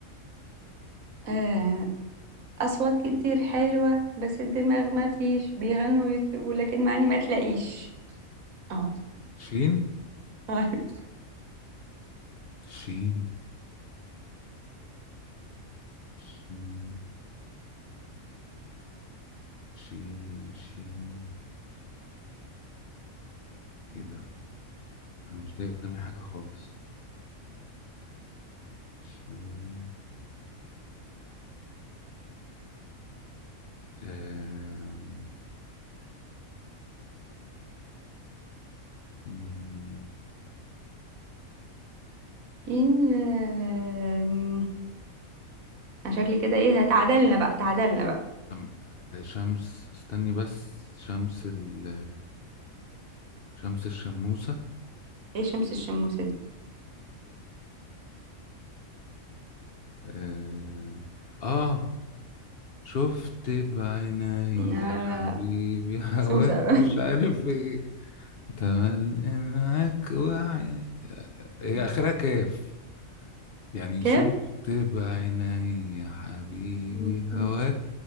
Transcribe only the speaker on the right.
آه، أصوات كتير حلوة بس الدماغ ما فيش بيغنوا ويطربوا لكن معني ما تلاقيش أهو
أيوة.
إن آم، أنا شكلي كده إيه تعادلنا بقى تعادلنا بقى
إيه شمس الشموسة دي
آه،
سوسة
<laughs>
كيف
مم.